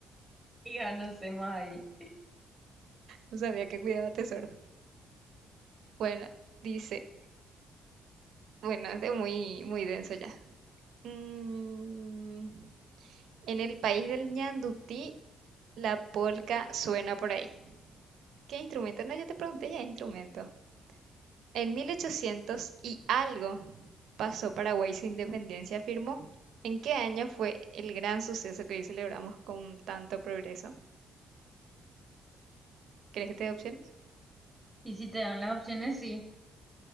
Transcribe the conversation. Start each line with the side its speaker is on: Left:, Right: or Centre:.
Centre: y ya no sé más ahí.
Right: No sabía que cuidaba tesoros. Bueno, dice, bueno, es de muy, muy denso ya. Mm, en el país del ñandutí, la polca suena por ahí. ¿Qué instrumento? No, yo te pregunté ya, instrumento. En 1800 y algo pasó Paraguay su independencia, afirmó. ¿En qué año fue el gran suceso que hoy celebramos con tanto progreso? ¿Crees que te dé opciones?
Centre: Y si te dan las opciones, sí.